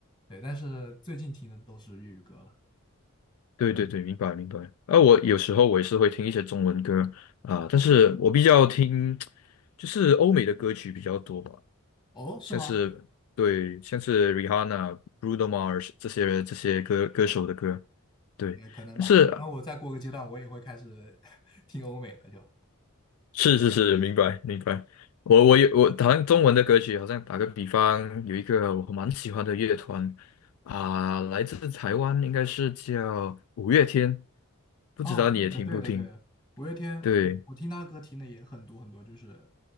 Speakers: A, on the left (about 20°); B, on the left (about 75°).
A: 对，但是最近听的都是粤语歌了。
B: 对对对，明白明白。啊，我有时候我也是会听一些中文歌啊、但是我比较听就是欧美的歌曲比较多吧。
A: 哦，是吗？
B: 像是对，像是 Rihanna、Bruno Mars 这些人这些歌歌手的歌，对。
A: 也可能吧，
B: 但是
A: 可能我再过个阶段，我也会开始 <laughs> 听欧美的就。
B: 是是是，明白明白。我我有我好像中文的歌曲，好像打个比方，有一个我蛮喜欢的乐团啊、来自台湾，应该是叫五月天，不知道你也听不听？
A: 哦，对的，对的，对的，五月天，
B: 对
A: 我听他的歌听的也很多很多，就是